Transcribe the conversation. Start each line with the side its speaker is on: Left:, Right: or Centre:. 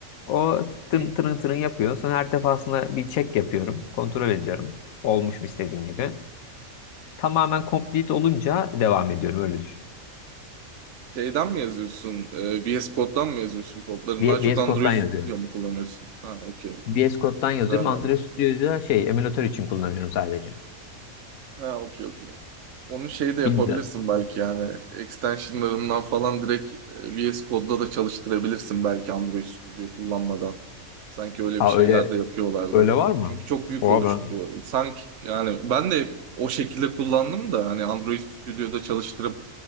Left: O tırın
Right: Hı.
Left: tırın tırın yapıyor. Sonra her defasında bir check yapıyorum. Kontrol ediyorum. Olmuş mu istediğin gibi.
Right: Hı.
Left: Tamamen complete olunca devam ediyorum. Öyle düşün.
Right: Şeyden mi yazıyorsun? E, VS Code'dan mı yazıyorsun kodlarını?
Left: V-
Right: Daha çok
Left: VS
Right: Android
Left: Code'dan
Right: Studio
Left: yazıyorum.
Right: mu kullanıyorsun? Ha, okey.
Left: VS Code'dan
Right: Güzel
Left: yazıyorum. Android
Right: yani.
Left: Studio'da şey emülatör için kullanıyorum sadece.
Right: Ha, okey, okey. Onu şey de
Left: Bilmiyorum.
Right: yapabilirsin belki yani. Extensionlarından falan direkt e, VS Code'da da çalıştırabilirsin belki Android Studio kullanmadan. Sanki öyle
Left: Aa
Right: bir şeyler
Left: öyle
Right: de yapıyorlardı.
Left: öyle var mı?
Right: Çünkü çok büyük
Left: Oha
Right: oluşturuyor.
Left: ben.
Right: Sanki yani ben de o şekilde kullandım da hani Android Studio'da çalıştırıp